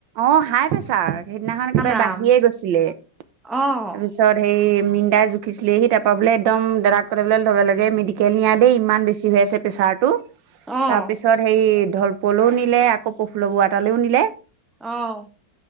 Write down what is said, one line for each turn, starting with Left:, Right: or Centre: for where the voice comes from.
Right: অ হাই প্ৰেছাৰ সেইদিনাখন কিবা
Centre: ৰাম
Right: বাঢ়িয়ে গৈছিলে৷তাৰপিছত
Centre: অঁ
Right: হেই মিনদাই জুখিছিলেহি৷ তাৰপৰা বোলে একদম দাদাক ক'লে বোলে লগে লগে মেডিকেল নিয়া দেই ইমান বেছি হৈ আছে প্ৰেছাৰটো৷
Centre: অঁ
Right: তাৰপিছত সেই ঢলপুৱলৈও নিলে আকৌ পফুল বুঢ়া তালেও নিলে৷
Centre: অ'